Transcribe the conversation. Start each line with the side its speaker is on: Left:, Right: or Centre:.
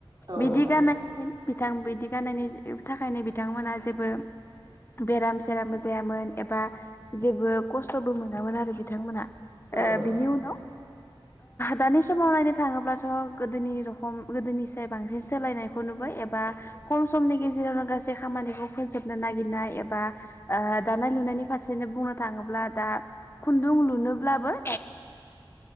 Right: औ
Left: बिदि
Right: नोंथां
Left: गाननायखनो बिथां बिदि गाननायनि थाखायनो बिथांमोनहा जेबो- बेराम सेरामबो जायामोन एबा जेबो खस्थ'बो मोनामोन आरो बिथांमोनहा-
Right: औ
Left: ओ
Right: नोंथां
Left: बिनि उनाव- दानि समाव नायनो थाङोब्लाथ' गोदोनि रखम गोदोनि साय बांसिन सोलायनायखौ नुबाय एबा- खम समनि गेजेरावनो गासै खामानिखौ- फोजोबनो नागिरनाय एबा दानाय लुनायनि फारसेनो बुंनो थांङोब्ला दा- खुन्दुं लुनोब्लाबो <unintelligible>